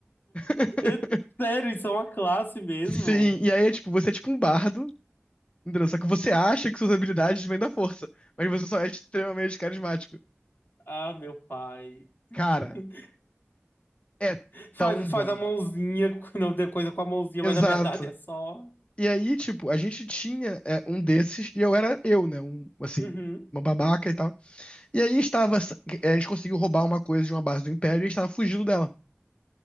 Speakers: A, on the left; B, on the left.
A: <laughs>
B: É Sério, isso é uma classe mesmo?
A: Sim, e aí é tipo, você é tipo um bardo, entendeu? Só que você acha que suas habilidades vêm da força, mas você só é extremamente carismático.
B: Ah, meu pai. <laughs>
A: Cara, é
B: Faz,
A: tão bom.
B: faz a mãozinha, <laughs> não tem coisa com a mãozinha,
A: Exato.
B: mas na verdade é só.
A: E aí, tipo, a gente tinha é, um desses e eu era eu, né? Um, assim,
B: Uhum,
A: uma babaca e tal. E aí estava, a gente conseguiu roubar uma coisa de uma base do Império e a gente estava fugindo dela.